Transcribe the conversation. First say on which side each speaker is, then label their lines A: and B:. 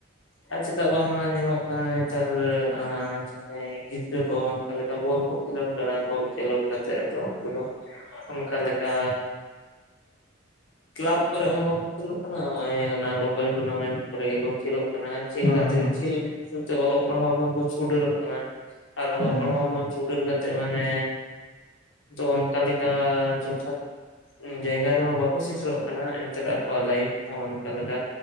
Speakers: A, on the left (about 75°); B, on the left (about 60°).
A: ᱟᱨ ᱪᱮᱫᱟᱜ ᱵᱟᱝᱢᱟ ᱧᱮᱞᱚᱜ ᱠᱟᱱᱟ ᱱᱮᱛᱟᱨ ᱟᱸᱻ ᱦᱮᱸ ᱜᱤᱫᱽᱨᱟᱹ ᱠᱚ ᱚᱱᱠᱟ ᱞᱮᱠᱟ ᱵᱚᱞ ᱠᱚ ᱠᱷᱮᱞᱳᱱᱰ ᱠᱟᱱᱟ, ᱵᱚᱞ ᱠᱷᱮᱞᱳᱱᱰ ᱠᱟᱛᱮ ᱟᱫᱚ ᱩᱱᱠᱩ ᱫᱚ ᱚᱱᱠᱟ ᱞᱮᱠᱟ ᱠᱞᱟᱵᱽ ᱠᱚᱨᱮ ᱦᱚᱸ ᱵᱟᱠᱚ ᱠᱷᱮᱞᱳᱜ ᱠᱟᱱᱟ, ᱦᱚᱸᱜ-ᱚᱭ ᱚᱱᱟ ᱞᱳᱠᱟᱞ ᱴᱩᱨᱱᱟᱢᱮᱱᱴ ᱠᱚᱨᱮ ᱜᱮᱠᱚ ᱠᱷᱮᱞᱳᱜ ᱠᱟᱱᱟ᱾ ᱠᱷᱮᱹᱞ
B: ᱦᱮᱸ
A: ᱠᱟᱛᱮᱜ
B: ᱦᱮᱸ
A: ᱠᱷᱮᱹᱞ ᱥᱮᱱᱛᱮ ᱚᱞᱚᱜ ᱯᱟᱲᱦᱟᱣ ᱠᱷᱚᱱ ᱠᱚ ᱪᱷᱩᱰᱟᱹᱨᱚᱜ ᱠᱟᱱᱟ᱾ ᱟᱨ ᱚᱞᱚᱜ
B: ᱦᱮᱸ
A: ᱯᱟᱲᱦᱟᱣ ᱠᱷᱚᱱ ᱪᱷᱩᱰᱟᱹᱨ ᱠᱟᱛ ᱛᱮᱜ ᱢᱟᱱᱮᱻ ᱟᱫᱚ ᱚᱱᱠᱟ ᱞᱮᱠᱟ ᱡᱚᱛᱷᱟᱛ ᱡᱟᱭᱜᱟ ᱨᱮᱢᱟ ᱵᱟᱠ ᱵᱟᱠᱚ ᱥᱮᱴᱮᱨᱚᱜ ᱠᱟᱱᱟ᱾ ᱮᱱᱛᱮᱫ ᱟᱠᱚᱣᱟᱜ ᱞᱟᱭᱤᱯᱷ ᱦᱚᱸ ᱚᱱᱠᱟ ᱞᱮᱠᱟ